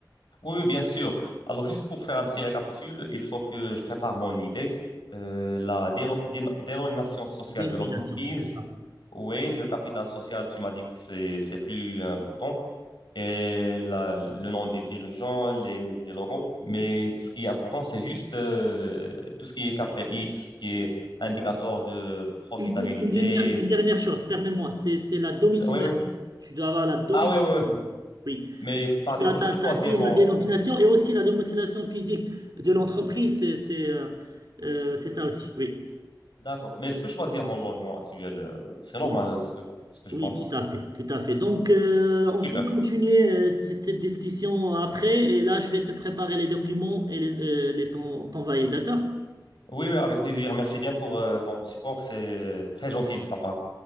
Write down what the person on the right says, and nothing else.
Dénomination,
c'est ça.
Une, une- une dernière, une dernière chose, permets-moi, c'est c'est la domiciliation.
Tu dois avoir la domiciliation.
Oui.
Tu
as, t'as-
dit
la dénomination et aussi la démonstration physique de l'entreprise, c'est c'est, euh, euh, c'est ça aussi, oui.
Oui,
oui,
tout à fait, tout à fait. Donc, euh,
on peut continuer euh, c- cette discussion après et là, je vais te préparer les documents et les, euh, les t'en- t'envoyer, d'accord?